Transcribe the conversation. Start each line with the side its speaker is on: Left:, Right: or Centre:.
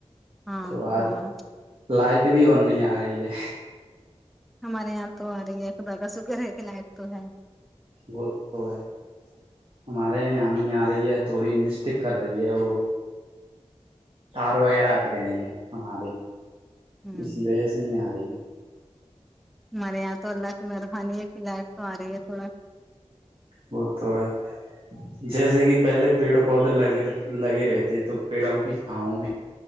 Centre: ہاں
Right: تو باری
Centre: ہوگا
Right: لائٹ بھی آن نہیں یہ آ رہی ہے
Centre: ہمارے یہاں تو آ رہی ہے خدا کا سکر ہے لائٹ تو ہے
Right: وہ تو ہے ہمارے یہ نہیں آ رہی ہے تھوڑی مسٹیک کر رہی ہے وہ تار وغیرہ ہٹ گئے ہیں ہمارے
Centre: ہوں
Right: اسی وجہ سے نہیں آ رہی ہے
Centre: ہمارے یہاں تو اللہ مہربانی ہے کی لائت تو آ رہی ہے تھوڑا
Right: وہ تو ہے جیسے کہ پہلے پیڑ پودے لگے لگے رہتےے تو پیڑوں کی چھاؤں بھی